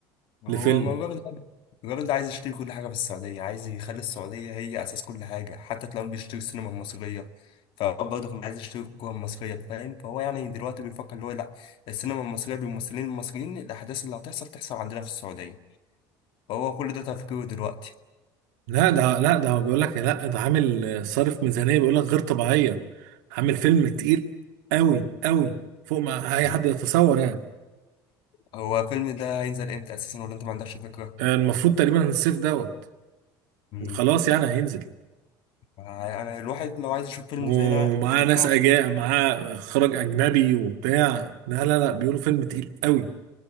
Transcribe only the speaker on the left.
هو
ما جارد جارد عايز يشتري كل حاجة في السعودية عايز يخلي السعودية هي أساس كل حاجة حتى تلاقيهم بيشتري السينما المصرية فهو برضه كان عايز يشتري الكورة المصرية فاهم فهو يعني دلوقتي بيفكر اللي هو لأ السينما المصرية بالممثلين المصريين الأحداث اللي هتحصل تحصل عندنا في السعودية فهو كل ده تفكيره دلوقتي
فاهم؟
هو الفيلم ده هينزل امتى أساسا ولا أنت ما عندكش فكرة؟
مم.
أنا الواحد لو عايز يشوف فيلم
زي ده زي
ده عشان